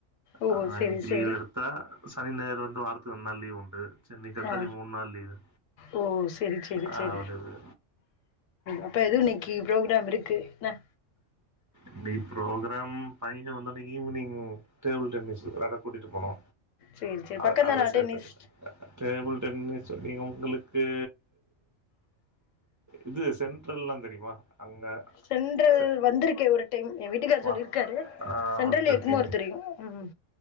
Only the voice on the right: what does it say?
ஆ
இன்னைக்கு
லீவ் எடுத்தா ஸனி ஞாயிறு வந்து வாரத்துக்கு ரன்டு நாள் லீவ் உண்டு சென்னைக்கு அடுத்த
அடி மூண் நாள் லீவு
<unintelligible>
இன்னிக்கு ப்ரோக்ராம் பையன வந்தோன ஈவ்னிங் டேபிள் டென்னிஸ் வெளாட கூட்டிட்டு போனோ
அ
அதுல
சேர்த்துரு டேபிள் டென்னிஸ் நீங்க ஒங்களுக்கு இது சென்ட்ரல்லா தெரிமா அங்க
ச
வா
ஆ
வந்திருக்கீங்க